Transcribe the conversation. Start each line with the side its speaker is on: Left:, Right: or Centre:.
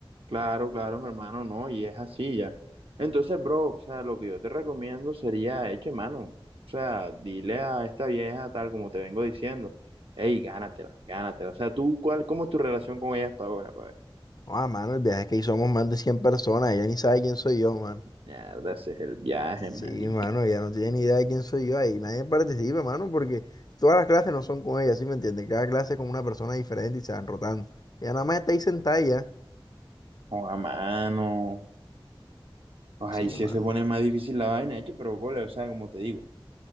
Right: claro, claro, mi hermano, no, y es así ya. Entonces, bro, o sea, lo que yo te recomiendo sería, eche mano, o sea, dile a esta vieja tal como te vengo diciendo, hey, gánatela, gánatela. O sea, tú, cuál, ¿cómo es tu relación con ella hasta ahora, pa' ver?
Left: No, ah, mano, el viaje es que hicimos más de 100 personas, ella ni sabe quién soy yo, mano.
Right: Mierda, ese es el viaje,
Left: Sí,
Right: María.
Left: mano, ella no tiene ni idea de quién soy yo ahí. Nadie participa, mano, porque todas las clases no son con ella, ¿sí me entiendes? Cada clase es con una persona diferente y se van rotando. Ella nada más está ahí sentada y ya.
Right: o a mano. Pues
Left: Sí,
Right: ahí sí
Left: mano.
Right: se pone más difícil la vaina, hecho, pero cole, o sea, como te digo,